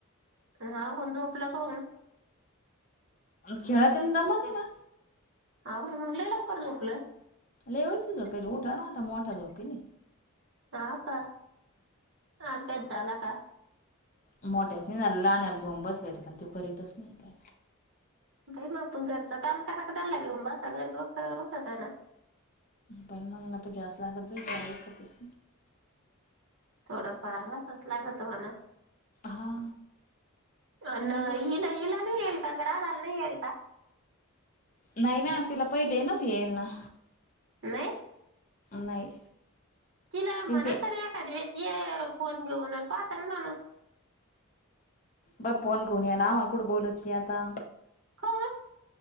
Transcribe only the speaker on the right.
हा कोण झोपला का?
अ म्हंग लै लवकर झोपलं
हा प ह अभ्यास झाला का?
बाई मग त घरचं काम करा त्यालागेऊन ब सग उठत आहे ना.
थोडं फारवासच ला ग तमला
अ
हिला हिला नाही येल का जरा नाही येल का?
नाहीय
तीला
मना
<inaudible> ते फोन घेऊन आलता ना माणूस
का